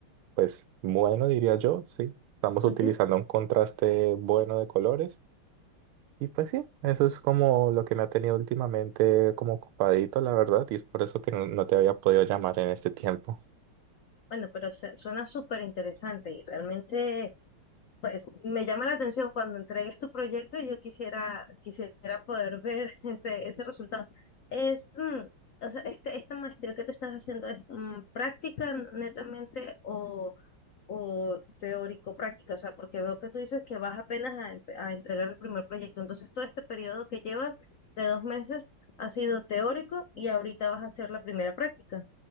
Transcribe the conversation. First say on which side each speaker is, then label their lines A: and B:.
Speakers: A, on the right; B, on the left.
A: pues bueno, diría yo, sí. Estamos utilizando
B: Ujú.
A: un contraste bueno de colores. Y pues sí, eso es como lo que me ha tenido últimamente como ocupadito, la verdad, y es por eso que no, no te había podido llamar en este tiempo.
B: Bueno, pero se- suena súper interesante y realmente Pues me llama la atención cuando entregues tu proyecto, yo quisiera, quisiera poder ver <laughs> ese, ese resultado. Es, mm, o sea, este, esta maestría que tú estás haciendo es mm, práctica netamente o, o teórico-práctica, o sea, porque veo que tú dices que vas apenas a, empe- a entregar el primer proyecto. Entonces, todo este periodo que llevas de dos meses ha sido teórico y ahorita vas a hacer la primera práctica.